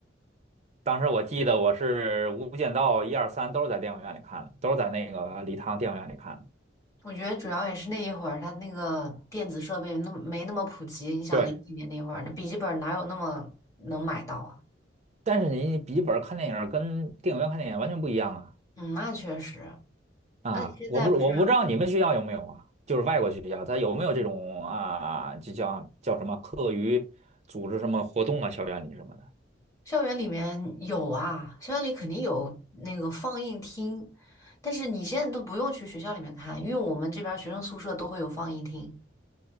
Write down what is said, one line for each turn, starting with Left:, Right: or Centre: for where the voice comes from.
Right: 当时我记得我是《无间道》一二三都是在电影院里看的，都是在那个礼堂电影院里看的。
Left: 我觉得主要也是那一会儿，它那个电子设备那么没那么普及。你想零几年那会儿，
Right: 对，
Left: 那笔记本哪有那么能买到啊？
Right: 但是你笔记本看电影儿跟电影院看电影完全不一样啊。
Left: 嗯，那确实。
Right: 啊，
Left: 那你现在不是
Right: 我不我不知道你们学校有没有啊，就是外国学校，它有没有这种啊，就叫叫什么课余组织什么活动啊，校园里什么的。
Left: 校园里面有啊？校园里肯定有那个放映厅，但是你现在都不用去学校里面看，因为我们这边儿学生宿舍都会有放映厅，